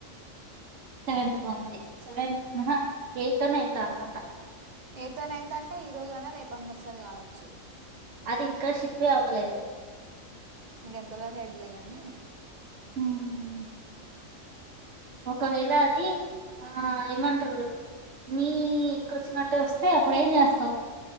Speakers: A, on the right; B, on the right.
A: సెవెంత్ కు ఉంది సెవెంత ఆహా ఎయిత్ నైన్త్ అనుకుంటా
B: ఎయితో నైన్ తో అంటే ఈ రోజు అయినా రేపు అన్న వస్తది కావచ్చు
A: అది ఇంకా షిప్ ఏ అవ్వలేదు
B: ఇంకెంతలోక అయిదిలే గాని
A: మ్మ్. ఒకవేళ అది ఆ ఏమంటారు నీ ఇక్కడ వచ్చినట్టే వస్త వస్తే అప్పుడు ఏం చేస్తావు